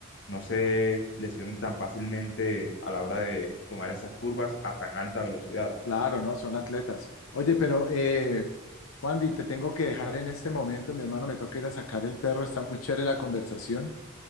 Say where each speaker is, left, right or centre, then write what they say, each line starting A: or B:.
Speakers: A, on the left; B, on the left.
A: no se lesionen tan fácilmente a la hora de tomar esas curvas a tan alta velocidad.
B: Claro, ¿no? Son atletas. Oye, pero, eh, Wandy, te tengo que dejar en este momento. Mi hermano me toca ir a sacar el perro. Está muy chévere la conversación,